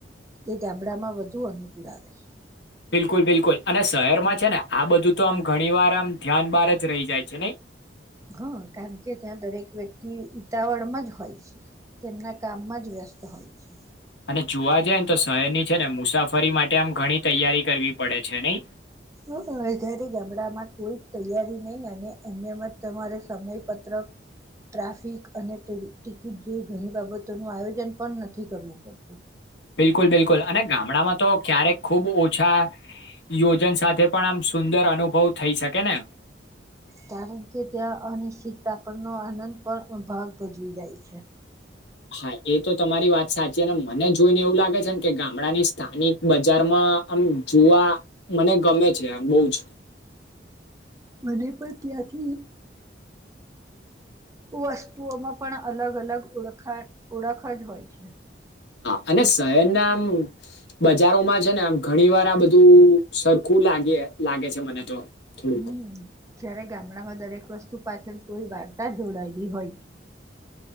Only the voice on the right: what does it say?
એ ગામડામાં વધુ અનુકૂળ આવે.
હમ્મ, કારણ કે ત્યાં દરેક વ્યક્તિ ઉતાવળમાં જ હોય છે, તેમના કામમાં જ વ્યસ્ત હોય છે.
<unintelligible> અત્યારે ગામડામાં કોઈ તૈયારી નહી, અને એમ એમ જ તમારે સમયપત્રક ટ્રાફિક અને ટિકિટ જેવી ઘણી બાબતો નું આયોજન પણ નથી કરવું પડતું.
કારણ કે ત્યાં અનિશ્ચિતતા પણનો આનંદ પણ ભાગ ભજવી જાય છે.
મને પણ ત્યાંથી વસ્તુઓમાં પણ અલગ-અલગ ઓળખા ઓળખ જ હોય છે.
હમ્મ, જ્યારે ગામડામાં દરેક વસ્તુ પાછી કોઈ વાર્તા જોડાયેલી હોય છે.